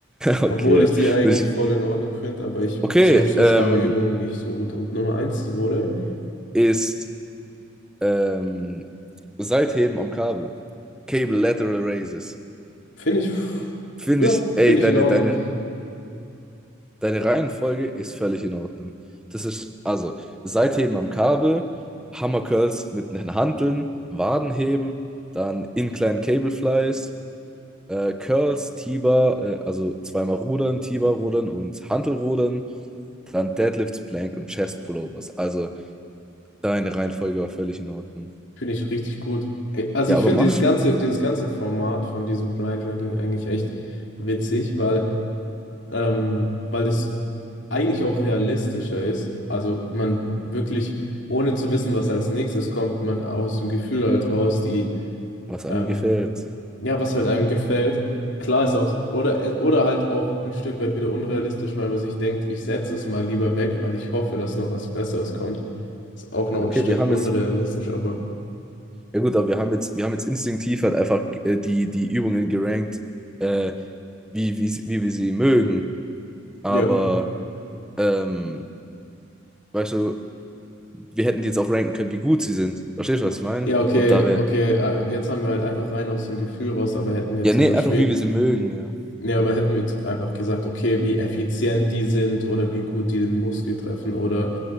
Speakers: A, in the centre; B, on the left (about 65°).
A: Okay,
B: Obwohl
A: ja.
B: ich die eigentlich
A: Würde ich,
B: voll in Ordnung finde, aber ich
A: okay,
B: so, so
A: ähm,
B: starre Übungen nicht so gut. Und Nummer eins wurde,
A: ist ähm, Seitheben am Kabel. Cable Lateral Raises.
B: finde ich,
A: Finde
B: ja,
A: ich, ey,
B: finde ich
A: deine,
B: in Ordnung.
A: deine, deine Reihenfolge ist völlig in Ordnung. Das ist, also, Seitheben am Kabel, Hammer Curls mit den Hanteln, Wadenheben, dann Incline Cable Flies, äh, Curls, T-Bar, äh, also zweimal Rudern, T-Bar rudern und Hantelrudern, dann Deadlifts, Plank und Chest Pullovers. Also, Deine Reihenfolge war völlig in Ordnung.
B: Finde ich richtig gut. Ey, Also
A: Ja,
B: ich
A: aber
B: finde
A: mach's,
B: dieses ganze, dieses ganze Format von diesem Blind Ranking eigentlich echt witzig, weil, ähm, weil das eigentlich auch realistischer ist. Also man wirklich, ohne zu wissen, was als nächstes kommt, man aus dem Gefühl halt raus, die,
A: was einem
B: ähm,
A: gefällt.
B: ja, was halt einem gefällt. Klar ist auch, oder, oder halt auch ein Stück weit wieder unrealistisch, weil man sich denkt, ich setze es mal lieber weg, weil ich hoffe, dass noch was Besseres kommt. Ist auch noch
A: Okay,
B: ein Stück
A: wir haben
B: unrealistisch,
A: jetzt,
B: aber
A: ja gut, aber wir haben jetzt, wir haben jetzt instinktiv halt einfach äh, die, die Übungen gerankt, äh, wie, wie, sie- wie wir sie mögen. Aber,
B: ja.
A: ähm, weißt du, wir hätten die jetzt auch ranken können, wie gut sie sind. Verstehst du, was ich meine?
B: Ja, okay,
A: Und da wir,
B: okay. äh, Jetzt haben wir halt einfach rein aus dem Gefühl raus, aber hätten wir
A: ja,
B: zum
A: nee,
B: Beispiel,
A: einfach wie wir sie mögen, ja.
B: nee, aber hätten wir jetzt einfach gesagt, okay, wie effizient die sind oder wie gut die den Muskel treffen oder